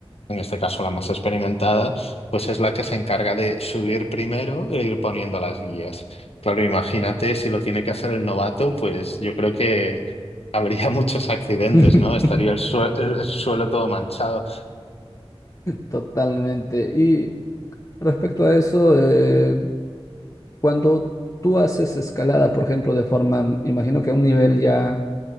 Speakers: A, on the left; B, on the left.
A: en este caso la más experimentada, pues es la que se encarga de subir primero e ir poniendo las guías. Claro, imagínate si lo tiene que hacer el novato, pues yo creo que habría <laughs> muchos accidentes,
B: <laughs>
A: ¿no? Estaría el, sue- el- el suelo todo manchado.
B: Totalmente. Y respecto a eso, eh, Cuando tú haces escalada, por ejemplo, de forma, mm, imagino que a un nivel ya